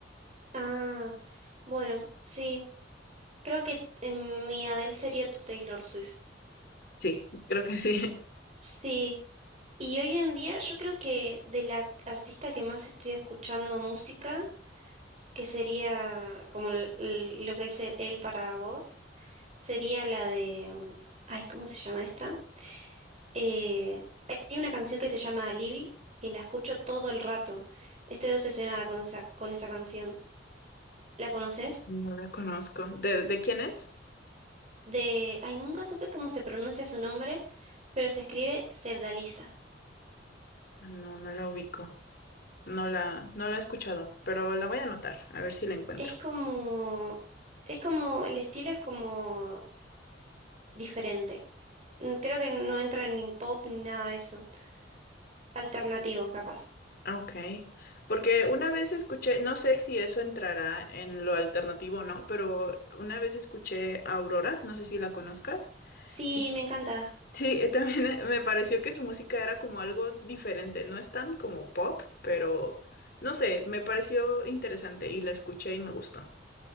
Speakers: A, on the right; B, on the left.
A: Ah, bueno, sí. Creo que eh, mi Adele sería tu Taylor Swift.
B: Sí, creo que sí. <laughs>
A: Sí, y hoy en día yo creo que de la artista que más estoy escuchando música, que sería como l- l- lo que es e- él para vos, sería la de... mm, Ay, ¿cómo se llama esta? Eh, hay una canción que se llama Alibi y la escucho todo el rato. Estoy obsesionada con esa, con esa canción. ¿La conoces?
B: No la conozco. ¿De, de quién es?
A: De... Ay, nunca supe cómo se pronuncia su nombre, pero se escribe Sevdaliza.
B: No, no la ubico. No la no la he escuchado, pero la voy a anotar, a ver si la encuentro.
A: Es como, es como, el estilo es como diferente. Mm, Creo que no entra ni pop ni nada de eso. Alternativo, capaz.
B: Ah, Ok, porque una vez escuché, no sé si eso entrará en lo alternativo o no, pero una vez escuché a Aurora, no sé si la conozcas.
A: Sí,
B: Y
A: me encanta.
B: Sí, eh, también <laughs> eh, me pareció que su música era como algo diferente, no es tan como pop, pero no sé, me pareció interesante y la escuché y me gustó.